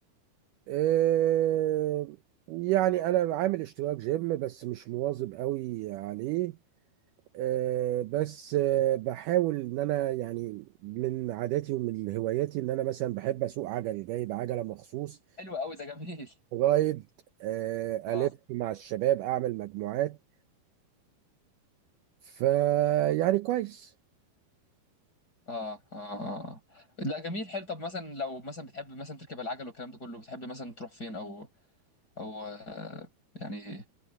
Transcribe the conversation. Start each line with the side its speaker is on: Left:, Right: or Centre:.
Right: آه، يعني أنا عامل اشتراك جيم بس مش مواظب قوي عليه آه، بس آه، بحاول إن أنا يعني من عاداتي ومن هواياتي إن أنا مثلا بحب أسوق عجل جايب عجلة مخصوص
Left: حلو قوي ده جميل
Right: جرايد آه،
Left: اه
Right: ألف مع الشباب أعمل مجموعات فيعني كويس
Left: اه اه آه. لا جميل حلو طب مثلا لو مثلا بتحب مثلا تركب العجل والكلام ده كله بتحب مثلا تروح فين او او آه، يعني